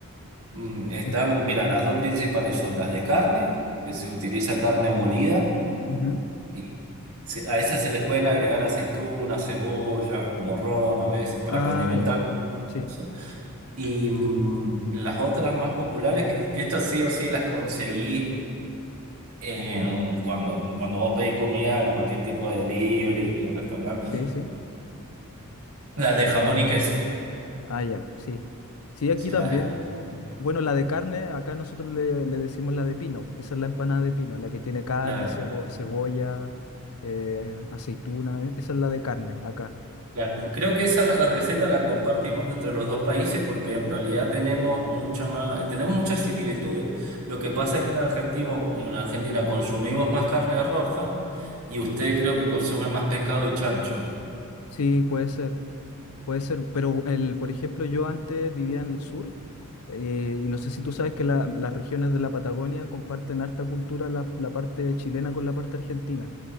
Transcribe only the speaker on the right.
Mm, están,
mira, las dos principales son las de carne, que se utiliza carne molida,
y se- a esas se les pueden agregar aceitunas, cebolla, morrón a veces, para
condimentar.
o sea. Y mm, las otras más populares, que, que estas sí o sí las conseguí en- cuando, cuando vos pedís comida en cualquier tipo de delivery o restaurante,
las de jamón y queso,
sí,
las de jamón,
claro.
Claro.
Creo que esa receta la compartimos entre los dos países porque en realidad tenemos mucha más, eh, tenemos muchas similitudes. Lo que pasa es que en Argentina, en Argentina consumimos más carne roja y usted creo que consume más pescado y chancho.